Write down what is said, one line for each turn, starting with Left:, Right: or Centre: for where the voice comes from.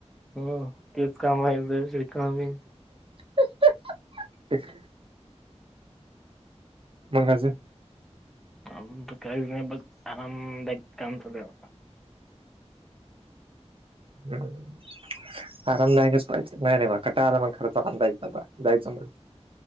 Centre: हो तेच काम हाय <unintelligible>
Right: <unintelligible> मग अजून?
Centre: अजून काय नाय बघ, आरामदायी काम चालूय आता.
Right: <unintelligible> आरामदायकच पाहिजे, नाही रे मला कटाळ आला मग खर्च पण <unintelligible> जायचं मग